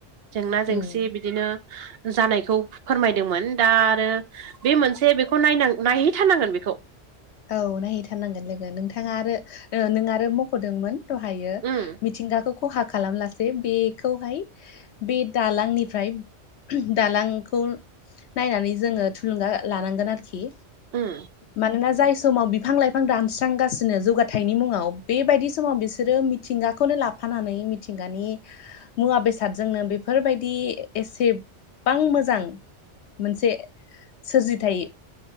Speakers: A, on the right; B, on the left.
A: जेंना-जेंसि
B: उम
A: बिदिनो जानायखौ फोरमायदोंमोन दा आरो बे मोनसे बेखौ नायनां नायहैथारनांगोन बेखौ
B: औ नायहैथारनांगोन लोगो नोंथाङा आरो ओ नों आरो मख'दोंमोन। दहायो
A: उम
B: मिथिंगाखौ खहा खालामलासै बेखौहाय बे दालांनिफ्राय दालांखौ नायनानै जोङो थुलुंगा लानांगोन आरोखि
A: उम।
B: मानोना जाय समाव बिफां लाइफां दानस्रांगासिनो जौगाथाइनि मुङाव बेबायदि समाव बिसोरो मिथिंगाखौनो ला फानानै मिथिंगानि मुवा बेसादजोंनो बेफोरबायदि एसेबां मोजां मोनसे सोरजिथाय